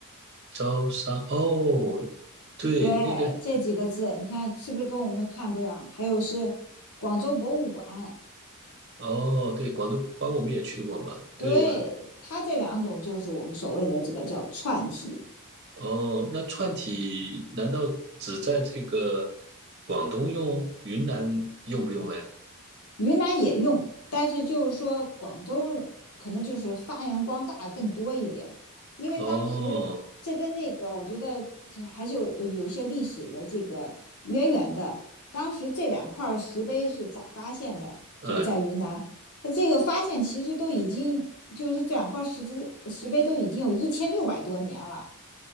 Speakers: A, on the right; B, on the left.
A: 招商哦，对，
B: 对，
A: 那个
B: 这几个字，你看是不是跟我们看不一样？还有是广州博物馆，
A: 哦，对，广东关我们也去过嘛，对呀、
B: 对，它这两种就是我们所谓的这个叫串题。
A: 哦，那串体难道只在这个广东用，云南用不用嘞？
B: 云南也用，但是就是说广东可能就是发扬光大更多一点，因为当时这跟那个我觉得还是有呃有一些历史的这个渊源的。
A: 哦。
B: 当时这两块石碑是咋发现的？
A: 嗯，
B: 就在云南，它这个发现其实都已经就是这两块石碑石碑都已经有一千六百多年了。